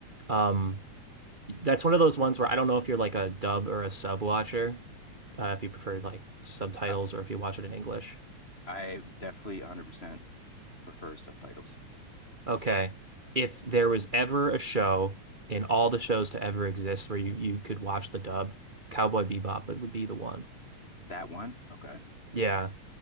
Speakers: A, on the right; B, on the left.
A: um that's one of those ones where I don't know if you're like a dub or a sub watcher, uh, if you prefer like subtitles
B: I,
A: or if you watch it in English.
B: I definitely 100% prefer subtitles.
A: Okay. If there was ever a show in all the shows to ever exist where you, you could watch the dub, Cowboy Bebop it would be the one.
B: That one? Okay.
A: Yeah.